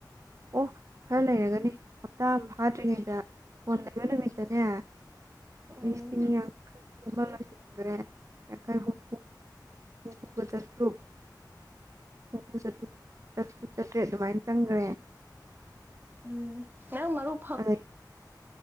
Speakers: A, on the right; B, on the right.
A: ꯑꯣ ꯈꯔ ꯂꯩꯔꯒꯅꯤ ꯍꯞꯇꯥ ꯑꯃ ꯐꯥꯗ꯭ꯔꯤꯉꯩꯗ ꯐꯣꯟ ꯂꯩꯕ ꯅꯨꯃꯤꯠꯇꯅꯦ
B: ꯎꯝ
A: ꯂꯤꯁꯤꯡ ꯌꯥꯡꯈꯩ ꯑꯃ ꯂꯣꯏꯁꯤꯟꯈ꯭ꯔꯦ ꯌꯥꯡꯈꯩ ꯍꯨꯝꯐꯨ ꯎꯕꯗꯠ꯭ꯔꯣ ꯆꯠꯇ꯭ꯔꯨ ꯆꯥꯠꯇ꯭ꯔꯨꯛ ꯆꯠꯇ꯭ꯔꯨꯛ ꯆꯠꯇ꯭ꯔꯦ ꯑꯗꯨꯃꯥꯏꯅ ꯆꯪꯈ꯭ꯔꯦ
B: ꯎꯝ ꯌꯥꯝ ꯃꯔꯔ
A: ꯑ